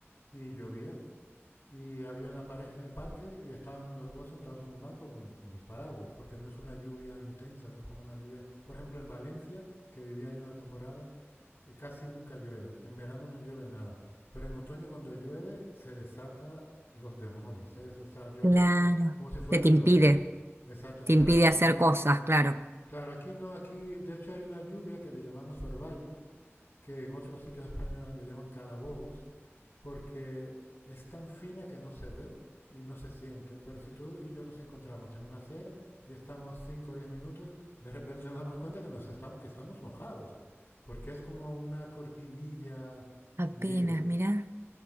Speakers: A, on the left; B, on the right.
A: y llovía, y había una pareja en el parque y estaban los dos sentados en un banco con, con los paraguas, porque no es una lluvia intensa, no es como una lluvia. Por ejemplo, en Valencia, que vivía ahí una temporada, eh, casi nunca llueve, en verano no llueve nada, pero en otoño cuando llueve se desata los demonios, es- o sea, llueve
B: Claro.
A: fu- como si fuera
B: que te
A: el
B: impide,
A: trópico. Exactamente,
B: te impide
A: pero aquí
B: hacer
A: no.
B: cosas, claro.
A: Claro, aquí no, aquí de hecho hay una lluvia que le llamamos orvallo, que en otros sitios de España le llaman calabobos, porque es tan fina que no se ve y no se siente. Pero si tú y yo nos encontramos en una acera y estamos 5 o 10 minutos, de repente nos damos cuenta que, nos estamos, que estamos mojados, porque es como una cortinilla
B: Apenas,
A: leve.
B: mirá.